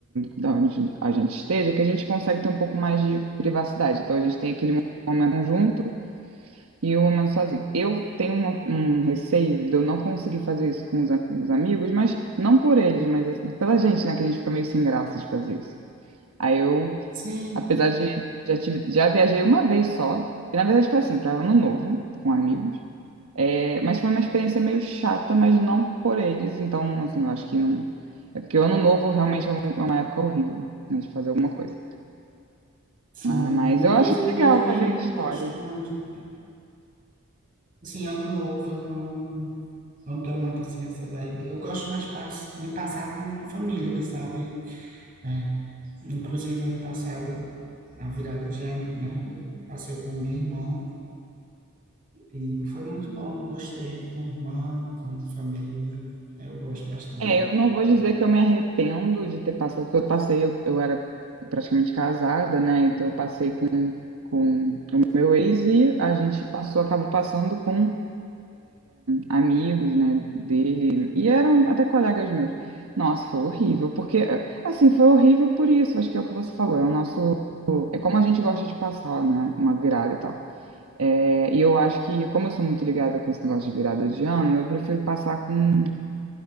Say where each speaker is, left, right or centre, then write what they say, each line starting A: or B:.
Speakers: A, on the right; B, on the right.
A: da onde a gente esteja, que a gente consegue ter um pouco mais de privacidade. Então a gente tem aquele momento junto e o momento sozinho. Eu tenho uma- um, receio de eu não conseguir fazer isso com os, a- os amigos, mas não por eles, mas pela gente, né? Que a gente fica meio sem graça de fazer isso. Aí eu
B: Sim,
A: Apesar de já, tive, já viajei uma vez só. E na verdade foi assim, para Ano Novo, com amigos. É, mas foi uma experiência meio chata, mas não por eles. Então, assim, eu acho que não. É porque o Ano Novo realmente é um- é uma época horrível, né, de fazer alguma coisa.
B: sim.
A: Ah, mas
B: Inclusive,
A: eu acho legal
B: eu nem
A: fazer histórias.
B: gosto muito. Assim, ano novo, eu não, não tô muito assim essa vibe. Eu gosto mais de pass- de passar com família, sabe? É. Inclusive, ano passado, a virada de ano, né? Eu passei com minha irmã e foi muito bom. Gostei. Com irmã, com família. É, Eu gosto bastante.
A: É, eu não vou dizer que eu me arrependo de ter passado, porque eu passei, eu, eu era praticamente casada, né? Então eu passei com, com o meu ex e a gente passou, acabou passando com amigos, né, dele, e eram até colegas meus. Nossa, foi horrível, porque, assim, foi horrível por isso, acho que é o que você falou, é o nosso, é como a gente gosta de passar, né, uma virada e tal. É, e eu acho que, como eu sou muito ligada com esse negócio de virada de ano, eu prefiro passar com